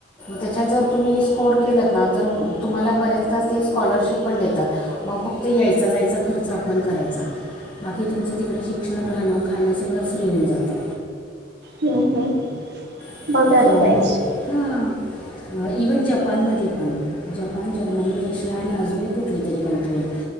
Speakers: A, on the left (about 25°); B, on the right (about 60°).
A: त्याच्यात जर तुम्ही स्कोर केलात ना. तर तुम्हाला बरेचदा ते स्कॉलरशिप पण देतात. मग फक्त यायचा-जायचा खर्च आपण करायचा. बाकी तुमचं तिकडे शिक्षण राहणं खाणं सगळं फ्री होऊन जातं.
B: हम्म हम्म
A: हा.
B: बघायला पाहिजे
A: इव्हन जपानमध्ये. जपान, जर्मनी, रशिया, आणि अजून एक कुठली तरी कंट्री आहे.